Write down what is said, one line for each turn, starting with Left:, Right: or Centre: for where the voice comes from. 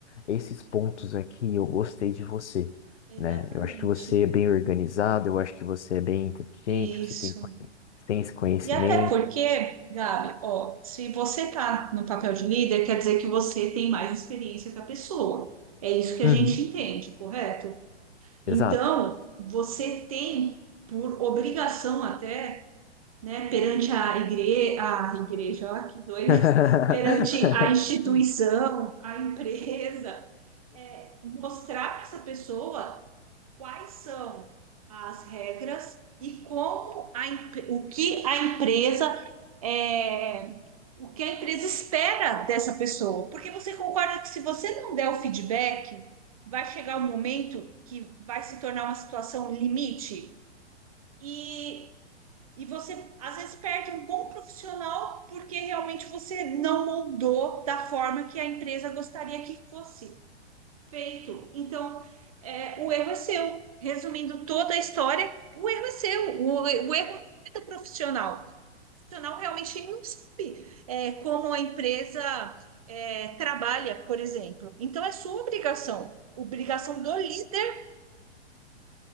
Left: esses pontos aqui eu gostei de você,
Right: exatamente.
Left: né? Eu acho que você é bem organizado, eu acho que você é bem inteligente,
Right: Isso.
Left: você tem, tem esse conhecimento.
Right: E até porque, Gabi, ó, se você está no papel de líder, quer dizer que você tem mais experiência que a pessoa. É isso que a
Left: Uhum.
Right: gente entende, correto? Então,
Left: Exato.
Right: você tem por obrigação até, né, perante a igreja, a igreja, ó, que doida,
Left: <laughs>
Right: <laughs> perante a instituição, a empresa, é, mostrar para essa pessoa quais são as regras e como a, empre- o que a empresa é, o que a empresa espera dessa pessoa. Porque você concorda que se você não der o feedback, vai chegar um momento que vai se tornar uma situação limite e, e você às vezes perde um bom profissional porque realmente você não moldou da forma que a empresa gostaria que fosse feito. Então, é, o erro é seu. Resumindo toda a história, o erro é seu, o, o erro não é do profissional. O profissional realmente não sabe é, como a empresa é, trabalha, por exemplo. Então, é sua obrigação, obrigação do líder